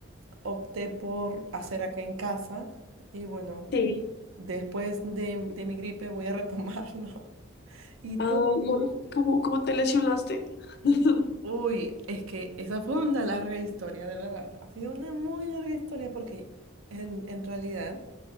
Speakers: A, on the right; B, on the left.
A: opté por hacer acá en casa. Y bueno,
B: Sí.
A: después de, de mi gripe voy a retomarlo. <laughs> ¿Y tú?
B: Ah, no, ¿cómo, cómo te lesionaste? <laughs>
A: Uy, es que esa fue una larga historia, de verdad. Ha sido una muy larga historia porque en, en realidad